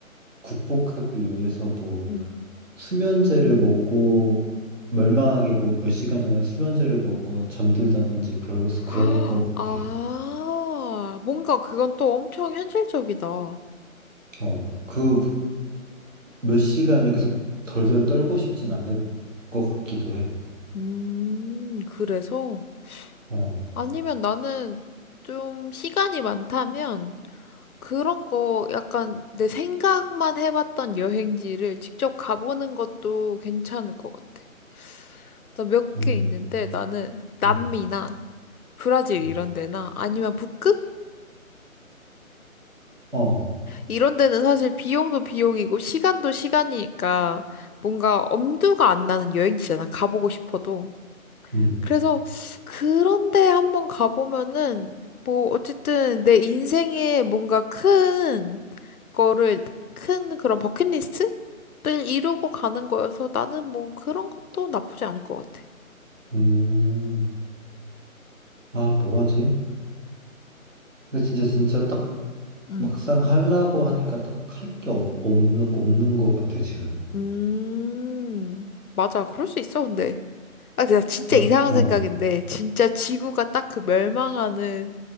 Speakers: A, on the right (about 60°); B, on the left (about 80°).
A: 극복하기 위해서 뭐
B: 응.
A: 수면제를 먹고 멀망하게 뭐 몇 시간 전에 수면제를 먹고 잠들다든지 그럴, 수- 그럴
B: 아,
A: 것
B: 아,
A: 같아.
B: 뭔가 그건 또 엄청 현실적이다.
A: 어, 그 몇 시간을 계속 덜덜 떨고 싶진 않을 것 같기도 해.
B: 음, 그래서?
A: 어,
B: 아니면 나는 좀 시간이 많다면 그런 거 약간 내 생각만 해봤던 여행지를 직접 가보는 것도 괜찮을 것 같아. 나 몇
A: 음,
B: 개 있는데 나는 남미나
A: 음,
B: 브라질
A: 어,
B: 이런 데나 아니면 북극?
A: 어,
B: 이런 데는 사실 비용도 비용이고 시간도 시간이니까 뭔가 엄두가 안 나는 여행지잖아. 가보고 싶어도.
A: 음,
B: 그래서 그런데 한번 가보면은 뭐 어쨌든 내 인생에 뭔가 큰 거를 큰 그런 버킷리스트를 이루고 가는 거여서 나는 뭐 그런 것도 나쁘지 않을 것 같아.
A: 음. 아, 뭐 하지? 근데 진짜 진짜 딱
B: 음,
A: 막상 하려고 하니까 딱 할 게 없는 없는 것 같아 지금.
B: 음, 맞아. 그럴 수 있어, 근데. 아, 나 진짜
A: 아,
B: 이상한
A: 어,
B: 생각인데, 진짜 지구가 딱 그 멸망하는